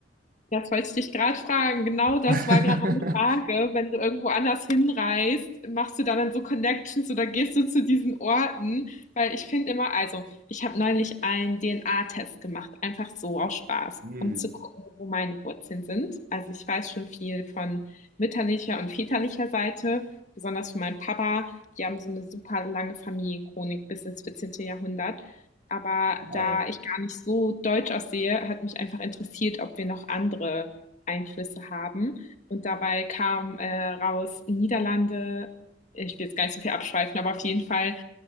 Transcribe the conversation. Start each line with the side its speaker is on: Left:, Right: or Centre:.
Left: Das wollte ich dich gerade fragen. Genau das
Right: <laughs>
Left: war gerade meine Frage. Wenn du irgendwo anders hinreist, machst du da dann so Connections oder gehst du zu diesen Orten? Weil ich finde immer, also ich habe neulich einen DNA-Test gemacht, einfach so aus Spaß,
Right: Hm,
Left: um zu gucken, wo meine Wurzeln sind. Also ich weiß schon viel von mütterlicher und väterlicher Seite, besonders von meinem Papa. Die haben so eine super lange Familienchronik bis ins 14. Jahrhundert. Aber
Right: wow.
Left: da ich gar nicht so deutsch aussehe, hat mich einfach interessiert, ob wir noch andere Einflüsse haben. Und dabei kam äh, raus Niederlande. Ich will jetzt gar nicht so viel abschweifen, aber auf jeden Fall